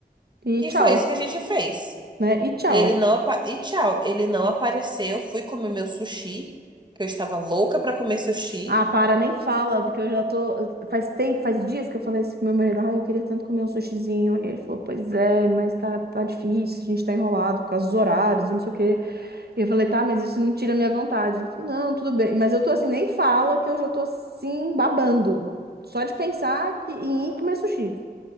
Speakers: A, on the right; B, on the right.
A: E
B: E
A: tchau.
B: foi isso que a gente fez.
A: né? E tchau.
B: Ele não apa... E tchau, ele não apareceu. Fui comer meu sushi, que eu estava louca pra comer sushi.
A: Ah, para, nem fala, porque eu já tô. Faz tempo, faz dias que eu falei isso pro meu marido. Ah, eu queria tanto comer um sushizinho. E ele falou, pois é, mas tá, tá difícil, a gente tá enrolado por causa dos horários, e não sei o quê. E eu falei, tá, mas isso não tira a minha vontade. Ele falou, não, tudo bem. Mas eu tô assim, nem fala, que eu já tô assim, babando. Só de pensar que, em ir comer sushi.